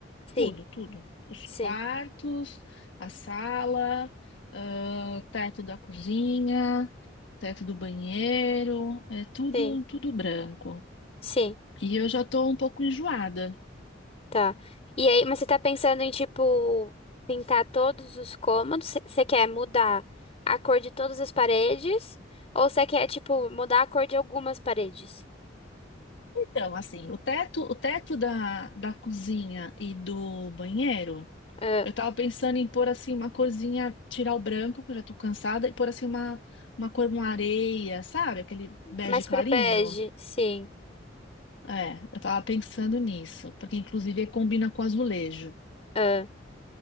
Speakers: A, on the left; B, on the left.
A: Sim,
B: Tudo, tudo. Os
A: sim,
B: quartos, a sala, ah, teto da cozinha, teto do banheiro, é tudo,
A: sim,
B: tudo branco.
A: sim.
B: E eu já estou um pouco enjoada.
A: Tá. E aí, mas você tá pensando em, tipo, pintar todos os cômodos? Você você quer mudar a cor de todas as paredes? Ou você quer, tipo, mudar a cor de algumas paredes?
B: Então, assim, o teto, o teto da, da cozinha e do banheiro,
A: Ah,
B: eu tava pensando em pôr assim uma corzinha, tirar o branco, que eu já tô cansada, e pôr assim uma, uma cor, uma areia, sabe? Aquele bege
A: mais
B: clarinho.
A: pro bege? Sim.
B: É, eu tava pensando nisso, porque inclusive combina com azulejo,
A: Ah,